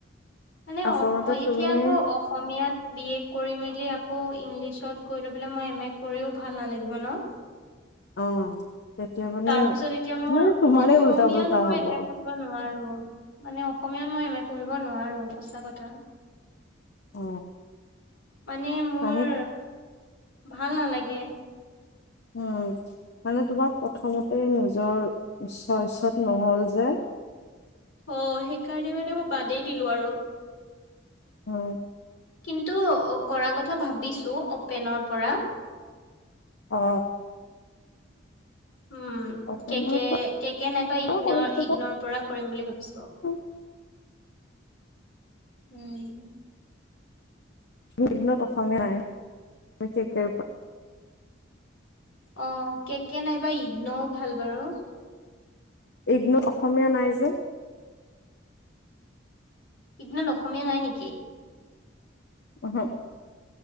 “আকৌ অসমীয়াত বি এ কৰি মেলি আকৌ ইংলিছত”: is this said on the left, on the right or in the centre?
Left